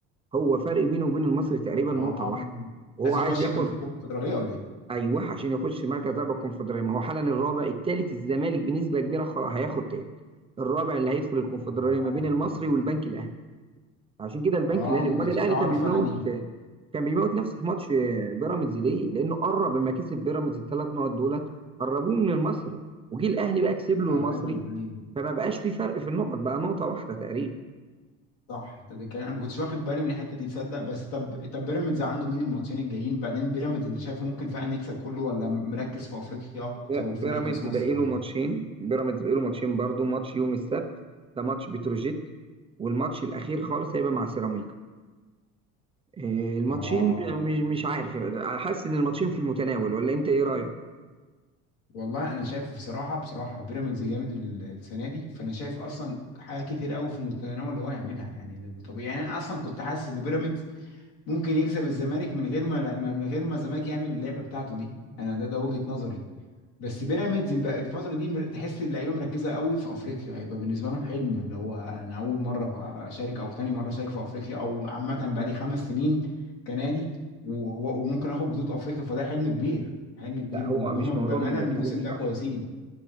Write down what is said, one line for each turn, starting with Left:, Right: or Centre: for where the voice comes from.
Right: هو فرق بينه وبين المصري تقريبا
Left: اه
Right: نقطه واحده وهو
Left: عايز
Right: عايز
Left: اخش
Right: ياخد
Left: كان في الكونفدراليه ولا ايه؟
Right: ايوه عشان يخش مركز رابع الكونفدراليه ما هو حالا الرابع الثالث الزمالك بنسبه كبيره خ- هياخد ثالث الرابع اللي هيدخل الكونفدراليه
Left: اه
Right: ما بين المصري والبنك الاهلي عشان كده البنك
Left: اه
Right: الاهلي
Left: ما
Right: امال
Left: كنتش
Right: الاهلي
Left: اعرف
Right: كان بيموت
Left: انا دي
Right: كان بيموت نفسه في ماتش بيراميدز ليه؟ لانه قرب لما كسب بيراميدز الثلاث نقط دولت قربوه من المصري وجي الاهلي بقى كسب له المصري
Left: ايوه ايوه
Right: فما بقاش في فرق في النقط بقى نقطه واحده تقريبا
Left: صح ده ده كان انا ما كنتش واخد بالي من الحته دي تصدق بس طب طب بيراميدز عنده مين الماتشين الجايين بعدين بيراميدز انت شايفه ممكن فعلا يكسب كله ولا مركز في افريقيا اكتر
Right: بي-
Left: وفي
Right: بيراميدز
Left: نهائي كاس مصر
Right: بقاله
Left: ولا
Right: ماتشين بيراميدز بقاله ماتشين برضو ماتش يوم السبت ده ماتش بتروجيت والماتش الاخير خالص هيبقى مع سيراميكا إيه، الماتشين
Left: اه
Right: مش مش عارف حاسس ان الماتشين في المتناول ولا انت ايه رايك
Left: والله انا شايف بصراحه بصراحه بيراميدز جامد ال- السنه دي فانا شايف اصلا حاجه كتير قوي في متناول اللي هو يعملها يعني ده طبيعي يعني انا اصلا كنت حاسس ان بيراميدز ممكن يكسب الزمالك من غير ما من غير ما الزمالك يعمل اللعبه بتاعته دي انا ده ده وجهه نظري بس بيراميدز بقى الفتره دي مر- تحس اللعيبه مركزه قوي في افريقيا هيبقى بالنسبه لهم حلم اللي هو انا اول مره اشارك او تاني مره اشارك في افريقيا او عامه بقى لي خمس سنين كنادي و- و- وممكن اخد بطوله افريقيا فده حلم كبير حلم كبير
Right: لا هو
Left: وهما
Right: مش
Left: بامانه
Right: موضوع هم مركزين
Left: الموسم
Right: في
Left: ده كويسين
Right: افريقيا